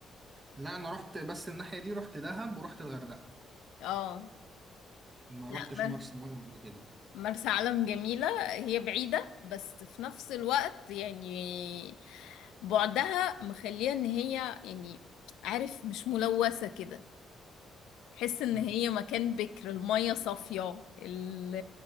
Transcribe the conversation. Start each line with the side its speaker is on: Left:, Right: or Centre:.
Right: لا انا رحت بس الناحية دي رحت دهب ورحت الغردقة
Left: اه
Right: ما
Left: لا
Right: رحتش
Left: مر-
Right: مرسى مطروح قبل كده
Left: مرسى علم جميلة هي بعيدة بس في نفس الوقت يعني بعدها مخليها ان هي يعني عارف مش ملوثة كده تحس ان
Right: مم.
Left: هي مكان بكر المية صافية ال-